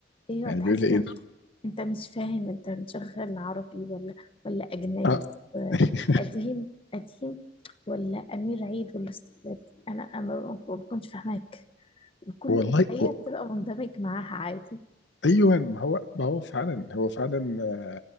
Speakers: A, on the left; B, on the left.
A: ايوه
B: يعني
A: تحس
B: بيقول لي ايه
A: ان
B: ده؟
A: انت مش فاهم انت مشغل عربي ولا ولا اجنبي
B: اه
A: ولا
B: <laughs>
A: قديم قديم ولا امير عيد ولا استاذ انا أنا ما بكونش فاهماك وكل
B: والله
A: اغنيه
B: هو
A: بتبقى مندمج معاها عادي
B: ايوه ما هو ما هو فعلا هو فعلا آه،